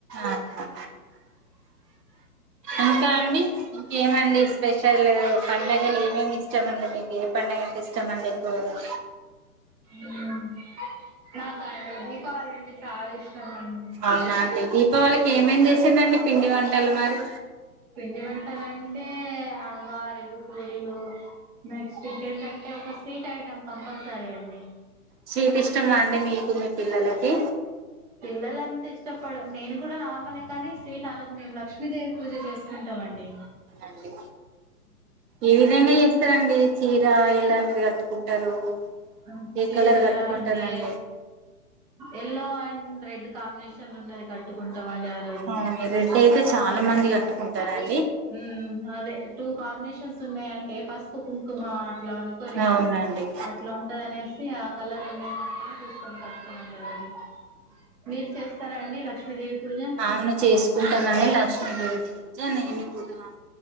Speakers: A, on the right; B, on the right.
A: ఆహా ఇంకా అండి ఇంకేమండి స్పెషల్ పండుగలు ఏమేమి ఇష్టమండి మీకు ఏ పండుగ అంటే ఇష్టమండి. అదా
B: ఉమ్ నాకా అండి దీపావళి అంటే చాలా ఇష్టం అండి
A: అవునా అండి దీపావళికి ఏమేం చేసిండండి పిండి వంటలు మరి
B: పిండి వంటలంటే ఆ గారెలు పూరీలు నెక్స్ట్ ఇంకేంటంటే ఒక స్వీట్ ఐటెం కంపల్సరీ అండి
A: స్వీట్ ఇష్టమా అండి మీకు మీ పిల్లలకి
B: పిల్లలన్ ఇష్టపడు నేను కూడా నార్మలే కానీ స్వీట్ ఆ రోజు మేము లక్ష్మీదేవి పూజ చేసుకుంటాం అండి
A: అండి ఏ విధంగా చేస్తారండి చీర ఎలాంటివి కట్టుకుంటారు
B: ఉమ్
A: ఏ
B: చీరనా
A: కలర్ కట్టుకుంటారండి
B: అండి ఎల్లో అండ్ రెడ్ కాంబినేషన్ ఉన్నది కట్టుకుంటామండి ఆ రోజు
A: అవును రెడ్ అయితే చాలా మంది కట్టుకుంటారు అం
B: ఉమ్ అదే టూ కాంబినేషన్స్ ఉన్నాయంటే పసుపు కుంకుమ అట్లా అనుకునేసి
A: అవునండి
B: అట్లా ఉంటది అనేసి ఆ కలర్లు మాత్రమే చూసుకొని కట్టుకున్న అండి ఆ రోజు మీరు చేస్తారా అండి లక్ష్మీదేవి పూజ
A: అవును చేసుకుంటానండి లక్ష్మీదేవి పూజ నేను కూడా